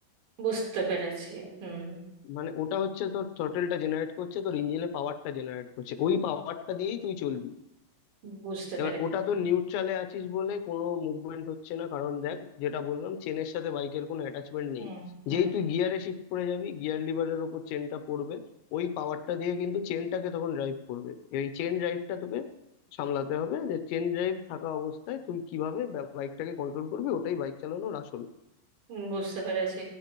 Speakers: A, on the right; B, on the left.
A: বুঝতে পেরেছি হুম
B: মানে ওটা হচ্ছে তোর থ্রটলটা জেনারেট করছে তোর ইঞ্জিনের পাওয়ারটা জেনারেট করছে ওই পাওয়ারটা দিয়েই তুই চলবি
A: বুঝতে
B: এবার
A: পেরেছি
B: ওটা তো নিউট্রালে আছিস বলে কোনো মুভমেন্ট হচ্ছে না কারণ দেখ যেটা বললাম চেনের সাথে বাইকের কোনো অ্যাটাচমেন্ট
A: হুম
B: নেই
A: হুম
B: যেই তুই গিয়ারে শিফট করে যাবি গিয়ার লিভারের ওপর চেনটা পড়বে ওই পাওয়ারটা দিয়ে কিন্তু চেনটাকে তখন ড্রাইভ করবে এই চেন ড্রাইভটা তোকে সামলাতে হবে যে চেন ড্রাইভ থাকা অবস্থায় তুই কিভাবে বাইকটাকে কন্ট্রোল করবি ওটাই বাইক চালানোর আসল
A: হুম, বুঝতে পেরেছি